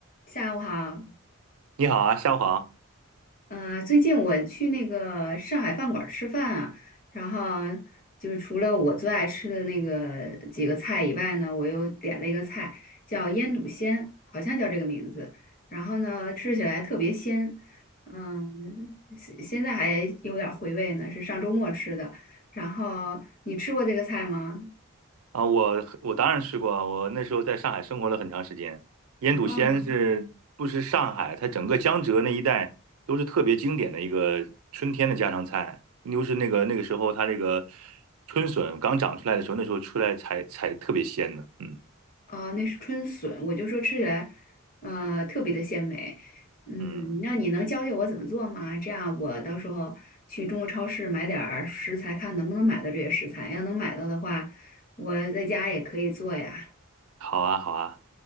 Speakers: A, on the left (about 40°); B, on the right (about 80°).
A: 下午好，
B: 你好啊，夏黄
A: 呃，最近我去那个上海饭馆儿吃饭啊，然后就是除了我最爱吃的那个几个菜以外呢，我又点了一个菜叫腌笃鲜，好像叫这个名字，然后呢吃起来特别鲜，嗯，现现在还有点儿回味呢，是上周末吃的。然后你吃过这个菜吗？
B: 啊，我我当然吃过啊我那时候在上海生活了很长时间。腌笃鲜是不是上海，
A: 啊。
B: 它整个江浙那一带都是特别经典的一个春天的家常菜。又是那个那个时候，它那个春笋刚长出来的时候，那时候出来才才特别鲜的。嗯
A: 啊，那是春笋，我就说吃起来，呃，特别的鲜美。嗯，
B: 嗯。
A: 那你能教教我怎么做吗？这样我到时候去中国超市买点儿食材，看能不能买到这些食材。要能买到的话，我在家也可以做呀。
B: 好啊，好啊。